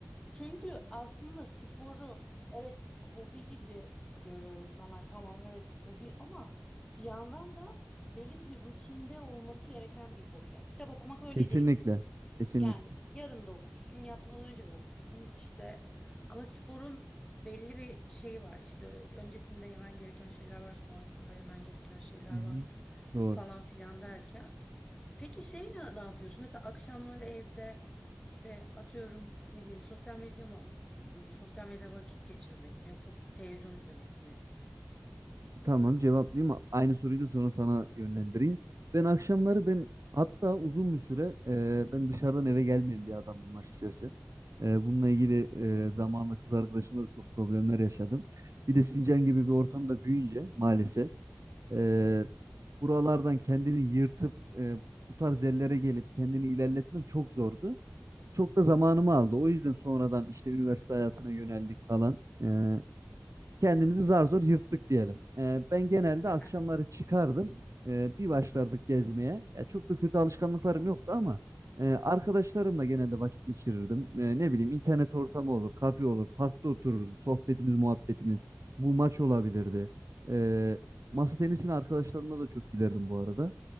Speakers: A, on the left; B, on the right.
A: Çünkü aslında sporu evet hobi gibi görüyor insanlar. Tamam evet hobi ama bir yandan da belli bir rutinde olması gereken bir hobi. Yani kitap okumak öyle
B: Kesinlikle.
A: değil.
B: Kesinlikle.
A: Yani yarın da okursun, yatmadan önce de okursun işte. Ama sporun belli bir şeyi var. İşte ö- öncesinde yemen gereken şeyler var, sonrasında yemen gereken şeyler
B: Hı hı.
A: var
B: Doğru.
A: falan filan derken. Peki şey ne, ne yapıyorsun? Mesela akşamları evde işte atıyorum ne bileyim sosyal medya mı? m, Sosyal medyada vakit geçirmek mi yoksa televizyon izlemek mi?
B: Tamam cevaplayayım. Aynı soruyu da sonra sana yönlendireyim. Ben akşamları ben hatta uzun bir süre e, ben dışarıdan eve gelmeyen bir adamdım açıkçası. E, bununla ilgili e, zamanla kız arkadaşımla da çok problemler yaşadım. Bir de Sincan gibi bir ortamda büyüyünce maalesef e,
A: Hı hı.
B: buralardan kendini yırtıp e, bu tarz yerlere gelip kendini ilerletmen çok zordu. Çok da zamanımı aldı. O yüzden sonradan işte üniversite hayatına yöneldik falan. E, kendimizi zar zor yırttık diyelim. Ee, ben genelde
A: <laughs>
B: akşamları çıkardım. Ee, bir başlardık
A: Hı hı.
B: gezmeye. Ya çok da kötü alışkanlıklarım yoktu ama e, arkadaşlarımla genelde vakit geçirirdim. Ee, ne bileyim internet ortamı olur, kafe olur, parkta otururuz, sohbetimiz, muhabbetimiz. Bu maç olabilirdi. Ee, masa tenisine arkadaşlarımla da çok giderdim bu arada.